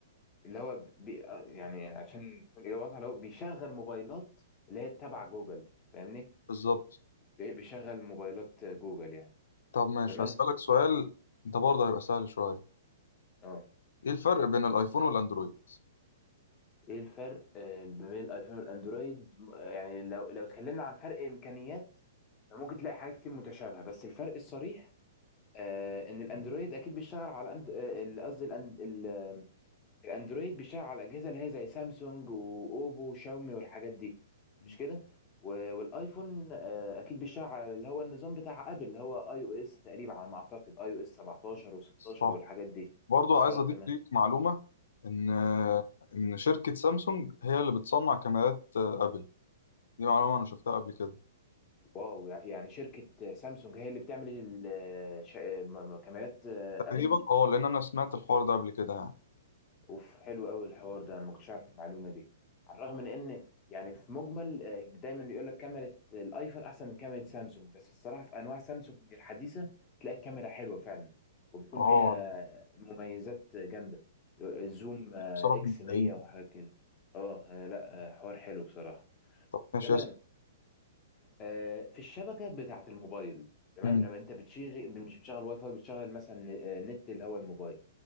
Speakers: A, on the left; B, on the left.
A: اللي هو بي آه، يعني عشان تكون إجابة واضحة اللي هو بيشغل موبايلات اللي هي تبع جوجل فاهمني؟
B: بالظبط
A: بي- بيشغل موبايلات جوجل يعني
B: طب ماشي
A: تمام؟
B: هسألك سؤال ده برضه هيبقى سهل شوية
A: أه
B: ايه الفرق بين الايفون والاندرويد
A: ايه الفرق آه، ما بين الايفون والاندرويد م- آه، يعني لو لو اتكلمنا عن فرق امكانيات فممكن تلاقي حاجات كتير متشابهه بس الفرق الصريح آه، ان الاندرويد اكيد بيشتغل على أند- آه، ال- قصدي الأن- ال- آه، الاندرويد بيشتغل على الاجهزه اللي هي زي سامسونج واوبو وشاومي والحاجات دي
B: مم.
A: مش كده و- والايفون آه، اكيد بيشتغل على اللي هو النظام بتاع ابل اللي هو اي او اس تقريبا على ما اعتقد اي او اس 17 و16
B: صح
A: والحاجات دي
B: برضه عايز
A: اه
B: اضيف
A: تمام
B: ليك معلومة ان ان شركة سامسونج هي اللي بتصنع كاميرات آه، ابل دي معلومة انا شفتها قبل كده
A: واو يعني شركة سامسونج هي اللي بتعمل ال- ش- م- م- كاميرات آه،
B: تقريبا
A: أبل
B: اه لان انا سمعت الحوار ده قبل كده يعني
A: أوف حلو قوي الحوار ده أنا ما كنتش أعرف المعلومة دي على الرغم من إن يعني في مجمل آه، دايما بيقول لك كاميرا الأيفون أحسن من كاميرا سامسونج بس الصراحة في أنواع سامسونج الحديثة تلاقي الكاميرا حلوة فعلا وبيكون
B: اه
A: فيها مميزات جامدة الزوم آه،
B: بصراحة
A: إكس
B: مبدعين
A: 100 وحاجات كده أه آه، لا آه، حوار حلو بصراحة
B: طب ماشي
A: تمام
B: اسأل
A: آه، في الشبكه بتاعه الموبايل تمام
B: مم.
A: لما انت بتشغل مش بتشغل واي فاي بتشغل مثلا آه، نت اللي هو الموبايل